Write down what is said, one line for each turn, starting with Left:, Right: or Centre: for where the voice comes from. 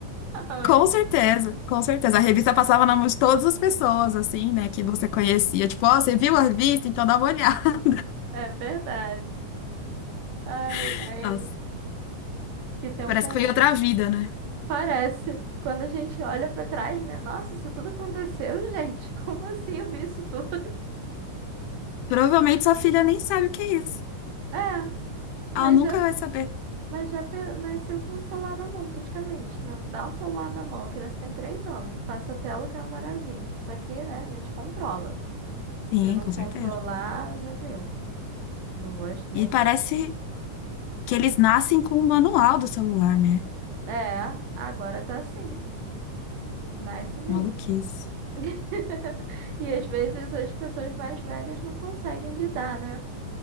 Right: <laughs> antes.
Left: Com certeza, com certeza. A revista passava na mão de todas as pessoas, assim, né, que você conhecia. Tipo, ó, você viu a revista? Então dá uma olhada.
Right: É verdade. Ai,
Left: <laughs>
Right: ai,
Left: Nossa,
Right: que tempo
Left: parece que foi
Right: bom.
Left: outra vida, né?
Right: Parece. Quando a gente olha pra trás, né? Nossa, isso tudo aconteceu, gente. <laughs> Como assim eu vi isso tudo?
Left: Provavelmente sua filha nem sabe o que é isso.
Right: É, mas
Left: Ela nunca
Right: já,
Left: vai saber.
Right: mas já pe- nasceu com o celular na mão, praticamente, né? Dá o celular na mão, a criança tem três anos. Passa a tela que é uma maravilha. Só que, né, a gente controla. Se
Left: Sim,
Right: não
Left: com
Right: controlar,
Left: certeza.
Right: já viu. Não gosto nem
Left: E parece
Right: mesmo.
Left: que eles nascem com o manual do celular, né?
Right: É, agora tá assim. Nasce mesmo.
Left: Maluquice.
Right: <laughs> E às vezes as pessoas mais velhas não conseguem lidar, né?